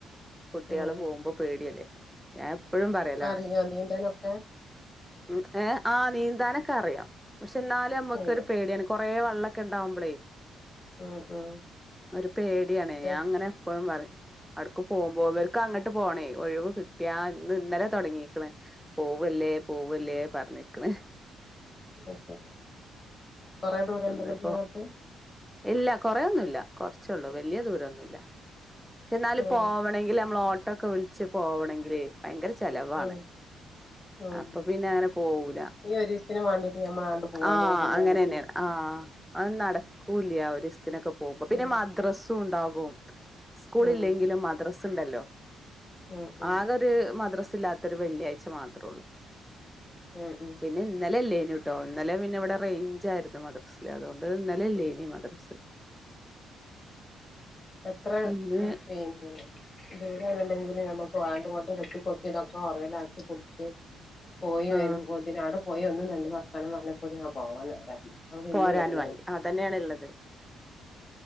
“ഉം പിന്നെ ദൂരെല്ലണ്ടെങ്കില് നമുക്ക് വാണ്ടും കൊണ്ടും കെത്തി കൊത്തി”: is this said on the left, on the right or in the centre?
Left